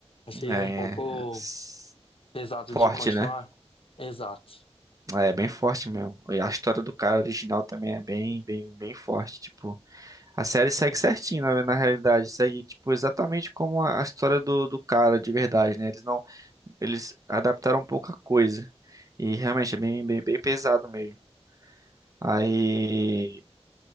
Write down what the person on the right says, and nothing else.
É,
s-
forte,
né?
É bem forte mesmo. E a história do cara original também é bem, bem, bem forte. Tipo, a série segue certinho, na, na realidade, segue tipo exatamente como a a história do, do cara de verdade, né? Eles não, eles adaptaram pouca coisa. E realmente é bem, bem, bem pesado mesmo. Aí